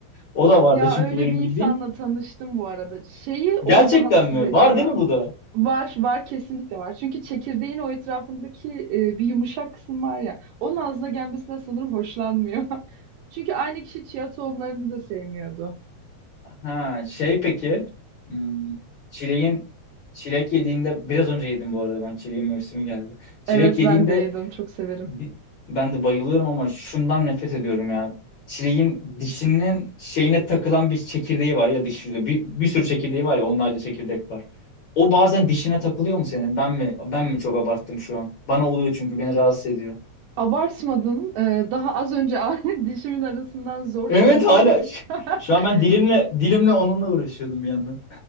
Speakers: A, on the left (about 60°); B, on the right (about 80°).
A: O da vardı
B: Ya
A: çünkü
B: öyle
A: benim
B: bir insanla
A: bildiğim.
B: tanıştım bu arada. Şeyi onu
A: Gerçekten
B: rahatsız
A: mi?
B: ediyor.
A: Var değil mi bu da?
B: Var, var kesinlikle var. Çünkü çekirdeğin o etrafındaki e, bir yumuşak kısım var ya. Onun ağzına gelmesine sanırım hoşlanmıyor. <laughs> Çünkü aynı kişi chia tohumlarını da sevmiyordu.
A: Ha şey peki hmm, çileğin çilek yediğinde biraz önce yedim bu arada ben çileğin mevsimi geldi. Çilek
B: Evet
A: yediğinde
B: ben de yedim, çok severim.
A: bi- ben de bayılıyorum ama şundan nefret ediyorum ya. Çileğin dişinin şeyine takılan bir çekirdeği var ya diş yüzü. Bir, bir sürü çekirdeği var ya onlarca çekirdek var. O bazen dişine takılıyor mu senin? Ben mi ben mi çok abarttım şu an? Bana oluyor çünkü beni rahatsız ediyor.
B: Abartmadın. e, daha az önce <laughs> dişimin arasından zor
A: Evet
B: çıkarttım.
A: hala.
B: Bir de
A: <laughs>
B: <laughs>
A: Şu an ben dilimle dilimle onunla uğraşıyordum bir yandan.